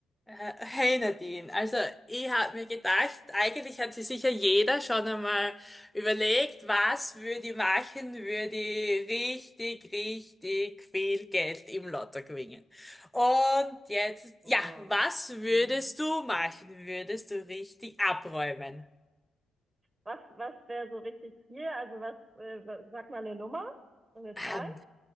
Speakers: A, in the centre; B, on the right.
A: Äh, Hey Nadine, also ich habe mir gedacht, eigentlich hat sich sicher jeder schon einmal überlegt, was würde ich machen, würde ich richtig, richtig viel Geld im Lotto gewinnen. Und jetzt,
B: Boah.
A: ja, was würdest
B: Hm.
A: du machen? Würdest du richtig abräumen?
B: Was, was wäre so richtig viel? Also was, äh, wa- sag mal eine Nummer, eine
A: Ähm,
B: Zahl?